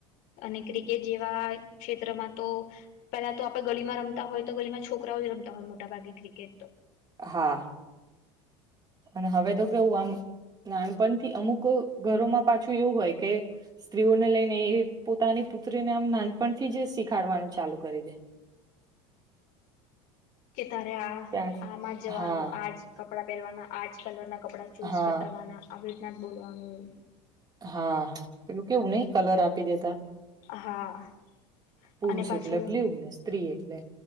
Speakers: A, on the left (about 60°); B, on the right (about 25°).
A: અને ક્રિકેટ જેવા ક્ષેત્રમાં તો પેલા તો આપે ગલીમાં રમતા હોય તો ગલીમાં છોકરાઓ જ રમતા હોય મોટા ભાગે ક્રિકેટ તો.
B: હા અને હવે તો કેવું આમ નાનપણથી અમુક ઘરોમાં પાછું એવું હોય કે સ્ત રીઓને લઈને એ પોતાની પુત્રીને આમ નાનપણથી જ શીખાડવાનું ચાલુ કરી દે.
A: કે તારે આ
B: ત્યાં
A: આમાં જ જવાનું
B: હા
A: આ જ કપડાં પેરવાના આજ કલરના કપડા ચૂઝ
B: હા
A: કરવાના આવી રીતના બોલવાનું એવું.
B: હા પેલું કેવું નઈ કલર આપી દેતા.
A: હા
B: પુરુષ
A: અને પાછું
B: એટલે બ્લુ સ્ત્રી એટલે